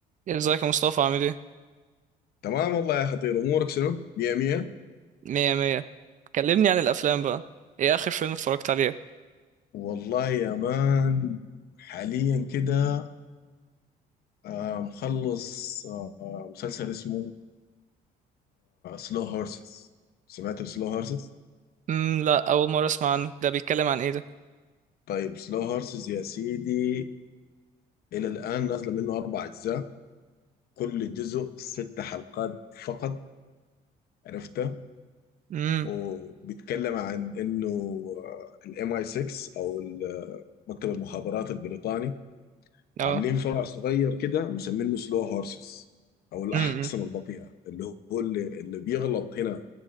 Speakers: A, on the right; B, on the left.
A: يعني ازيك يا مصطفى عامل ايه؟
B: تمام والله يا خطير امورك شنو؟ مية مية
A: مية مية كلمني عن الأفلام بقى ايه آخر فيلم اتفرجت عليه؟
B: والله يا مان حاليا كده آه، مخلص آه، مسلسل اسمه سلو هورسز سمعت سلو هورسز؟
A: امم لا أول مرة أسمع عنه ده بيتكلم عن ايه ده؟
B: طيب سلو هورسز يا سيدي الى الان نازله منه اربع اجزاء كل جزء ست حلقات فقط عرفته
A: امم
B: وبيتكلم عن انه الام اي 6 او ال- آه، مكتب المخابرات البريطاني
A: اه
B: عاملين فرع صغير كده مسمينه سلو هورسز او الاحصنه
A: امم
B: البطيئه اللي هو اللي, اللي بيغلط هنا